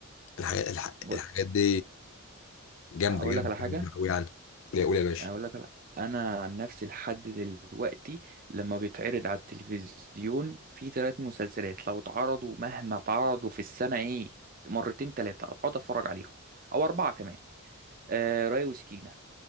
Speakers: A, on the left; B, on the right.
A: الحاجات الح-
B: بقول-
A: الحاجات دي جامدة
B: اقول
A: جامدة
B: لك على حاجه
A: جامدة قوي يعني لا قول يا باشا
B: اقول لك على... انا عن نفسي لحد دلوقتي لما بيتعرض على التلفزيون في ثلاث مسلسلات لو اتعرضوا مهما اتعرضوا في السنه ايه مرتين ثلاثه اقعد اتفرج عليهم او اربعه كمان آه راي وسكينه